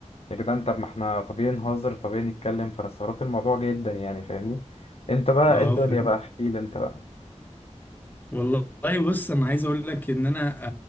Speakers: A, on the left; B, on the left.
A: يا جدعان طب ما احنا طبيعي نهزر طبيعي نتكلم فانا استغربت الموضوع جدا يعني فاهمني انت بقى
B: اه
A: ايه الدنيا
B: فهمت
A: بقى احكي لي انت بقى
B: والله بص انا عايز اقول لك ان انا